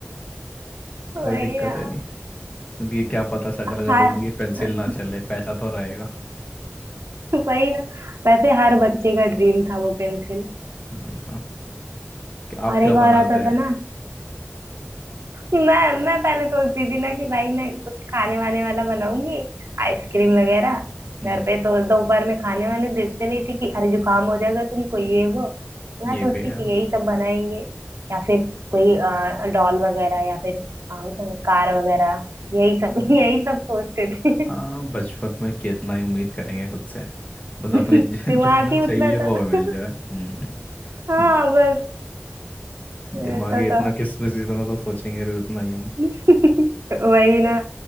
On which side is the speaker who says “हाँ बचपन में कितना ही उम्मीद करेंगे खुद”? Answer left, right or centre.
Left